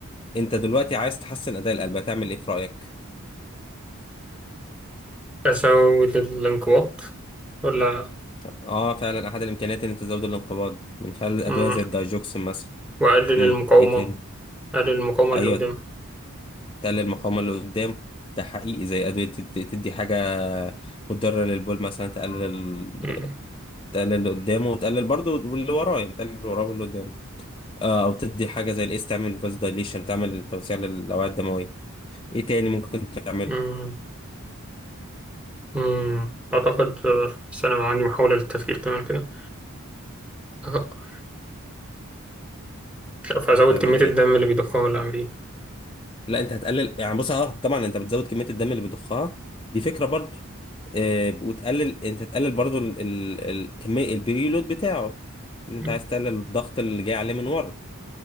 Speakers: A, on the left; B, in the centre.
A: انت دلوقتي عايز تحسن اداء القلب هتعمل ايه في رأيك
B: ازود الانقباض ولا
A: اه فعلا احد الامكانيات ان انت تزود الانقباض من خلال ادوية
B: امم
A: زي الدايجوكسين مثلا
B: واقلل
A: امم
B: المقاومة
A: ايه تاني
B: اقلل المقاومة اللي
A: ايوه
B: قدام
A: تقلل المقاومة اللي قدام ده حقيقي زي ادوية تد- تدي حاجة مضرة للبول مثلا تقلل
B: امم
A: تقلل اللي قدامه وتقلل برضه اللي وراه يعني تقلل اللي وراه واللي قدامه آه او تدي حاجة زي الاس تعمل فاز دايليشن تعمل توسيع للاوعية الدموية ايه تاني ممكن تعمل
B: امم أمم. اعتقد آه، بس انا عندي محاولة للتفكير كمان كده آه، مش عارف ازود
A: هتعمل
B: كمية الدم
A: ايه
B: اللي بيضخها ولا اعمل ايه
A: لا انت هتقلل يعني بص اه طبعا انت بتزود كميه الدم اللي بيضخها دي فكره برضو آه وتقلل انت تقلل برضو ال- ال- ال- كميه البريلود بتاعه ان انت
B: أمم.
A: عايز تقلل الضغط اللي جاي عليه من ورا